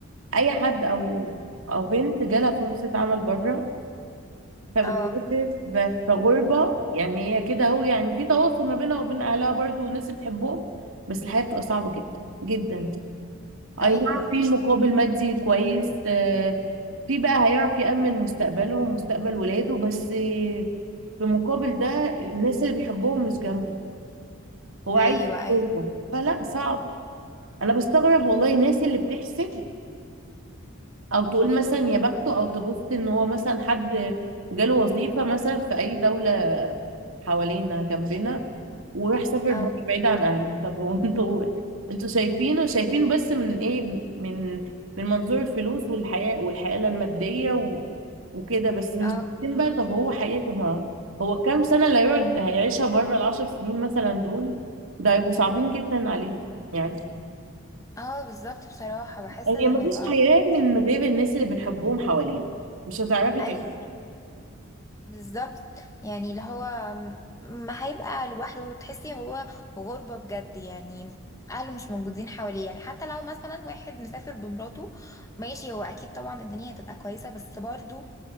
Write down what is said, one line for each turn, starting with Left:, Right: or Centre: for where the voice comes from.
Right: اي حد او او بنت جالها فرصه عمل بره فبتسافر
Left: اه
Right: ب- في غربه يعني هي كده اهو يعني في تواصل ما بينها وبين اهلها برضو والناس اللي بتحبهم بس الحياه بتبقى صعبه جدا جدا اي
Left: ايوه
Right: نعم في مقابل مادي كويس آه، في بقى هيعرف يأمن مستقبله ومستقبل ولاده بس آه، في مقابل ده الناس اللي بيحبهم مش جنبه هو عايز
Left: ايوه ايوه
Right: يحبهم. فلا صعب انا بستغرب والله الناس اللي بتحسد او تقول مثلا يا بخته او تبص ان هو مثلا حد جاله وظيفة مثلا في اي دولة حوالينا جنبنا وراح سافر
Left: اه
Right: بره بعيد عن اهله طب <laughs> هو انتوا انتوا شايفينه شايفين بس من ايه من من منظور الفلوس والحياة والحياة المادية و... وكده بس مش
Left: اه
Right: بتتم بقى طب هو حياته ما هو كام سنة اللي هيقعد هيعيشها بره العشر سنين مثلا دول ده هيبقوا صعبين جدا عليه يعني
Left: اه بالظبط بصراحة بحس
Right: هي
Left: انه
Right: مفيش
Left: هيبقى
Right: حياة من غير الناس اللي بنحبهم حوالينا مش هتعرفي
Left: ايوه
Right: تعيشي
Left: بالظبط يعني اللي هو م- ما هيبقى لوحده وتحسي هو غربة بجد يعني أهله مش موجودين حواليه يعني حتى لو مثلا واحد مسافر بمراته ماشي هو أكيد طبعا الدنيا هتبقى كويسة بس برضو